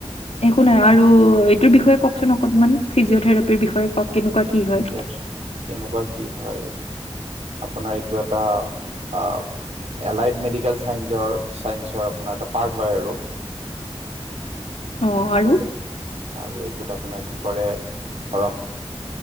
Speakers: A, on the left; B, on the right.
A: একো নাই আৰু এইটোৰ বিষয়ে কওঁকচোন অকণমান, ফিজিঅ'থেৰাপিৰ বিষয়ে কওক? কেনেকুৱা কি
B: <unintelligible>
A: হয়
B: কেনেকুৱা কি হয়। আপোনাৰ এইটো এটা অহ'- এলাইড মেডিকেল ছাইসৰ ছাইন্সৰ আপোনাৰ এটা পাৰ্ট হয় আৰু।
A: অঁ আৰু?
B: আৰু এইটোত আপোনাৰ কি কৰে ধৰক-